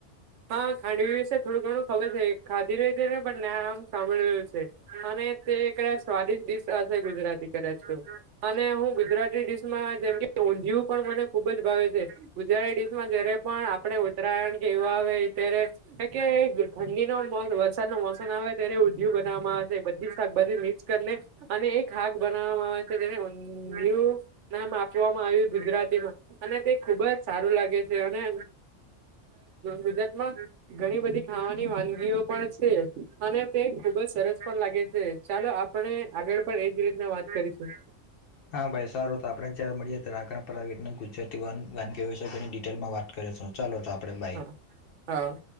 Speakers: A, on the right (about 70°); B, on the left (about 55°).
A: હા ખાંડવી વિશે થોડું ઘણું ખબર છે. ખાધી રહી છે ને પણ ના આમ સાંભળી રહ્યું છે અને તે કદાચ સ્વાદિ્ ડીશ હશે ગુજરાતી કદાચ તો અને હું ગુજરાતી ડિશમાં જેમ ઊંધિયું પણ મને ખુબ જ ભાવે છે ગુજરાતી ડીશમાં જયારે પણ આપણે ઉત્તરાયણ કે એવા ત્યારે કે ઠંડી નો વરસાદ નો મોસમ આવે ત્યારે ઊંધિયું બનાવામાં આવે છે બધી શાકભાજી મિક્સ કરીને અને એક શાક બનાવવામાં આવે છે જેને ઊંધિયું નામ આપ આગુજરાતીમાં અને તે ખુબ જ સારું લાગે છે અને ગુજરાત માં ઘણી બધી ખાવાની વાનગીઓ પણ છે અને તે ખુબ જ સરસ પણ લાગે છે ચાલો આપણે આગળ પણ એજ રીતના વાત કરીશું.
B: હા ભાઈ સારું તો આપણે જ્યારે મળીએ ત્યારે રાખણ ગુજરાતી વાનગી વાનગીયોસાયની ડિટેલમાં વાત કરી <unintelligible> ચાલો તો આપડે બાય.
A: હા હા.